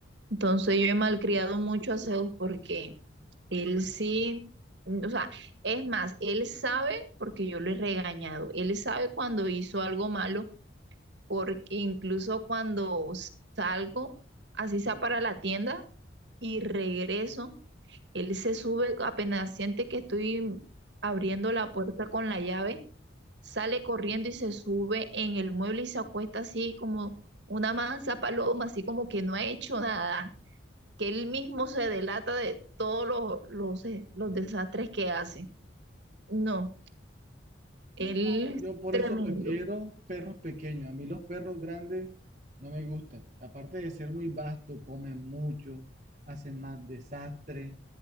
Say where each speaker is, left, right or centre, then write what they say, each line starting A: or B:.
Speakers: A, on the right; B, on the right.
A: Entonces yo he malcriado mucho a Zeus porque él sí, o sea, es más, él sabe porque yo lo he regañado. Él sabe cuando hizo algo malo, porque incluso cuando salgo, así sea para la tienda. y regreso. Él se sube, apenas siente que estoy abriendo la puerta con la llave, sale corriendo y se sube en el mueble y se acuesta así como una mansa paloma, así como que no ha hecho nada, que él mismo se delata de todos los, los, eh, los desastres que hace. No, él
B: No,
A: es
B: Yo por
A: tremendo.
B: eso prefiero perros pequeños. A mí los perros grandes no me gustan. Aparte de ser muy vasto, comen mucho, hacen más desastre,